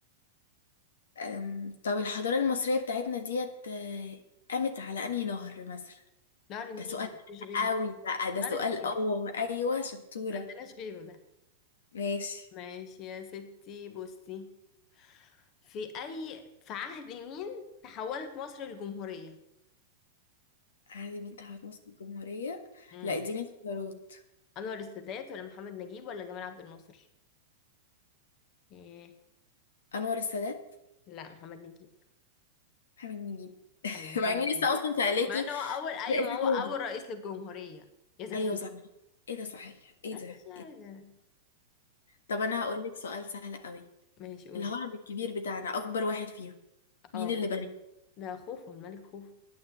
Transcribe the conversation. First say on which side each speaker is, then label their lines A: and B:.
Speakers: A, on the left; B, on the left.
A: آم، طب الحضارة المصرية بتاعتنا ديت آه، قامت على أنهي نهر مثلا
B: نهر النيل
A: ده سؤال
B: مفيش غيره
A: قوي بقى ده
B: نهر
A: سؤال
B: النيل
A: اه ايوه شطورة
B: عندناش غيره ده
A: ماشي
B: ماشي يا ستي بصي في أي في عهد مين تحولت مصر للجمهورية
A: عادل امين تعهد مصر الجمهورية
B: امم
A: لا اديني اختيارات
B: أنور السادات ولا محمد نجيب ولا جمال عبد الناصر إيه.
A: انور السادات
B: لا محمد نجيب
A: محمد نجيب <laughs>
B: أيوة محمد
A: مع اني
B: نجيب
A: لسه اصلا سألاكي
B: مع إن هو أول أيوة
A: لا السعودي
B: ما هو أول رئيس للجمهورية يا زكية
A: ايوه صحيح ايه ده صحيح ايه
B: ماشي
A: ده
B: يعني.
A: إيه ده؟ طب انا هقول لك سؤال سهل قوي
B: ماشي قولي
A: الهرم الكبير بتاعنا اكبر واحد فيهم مين
B: اه
A: اللي بناه
B: ده خوفو الملك خوفو